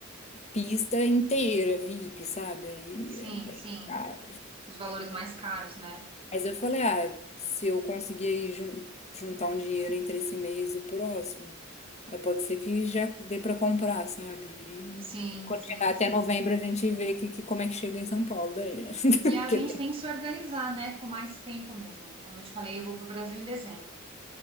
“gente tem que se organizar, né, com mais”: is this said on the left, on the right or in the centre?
Right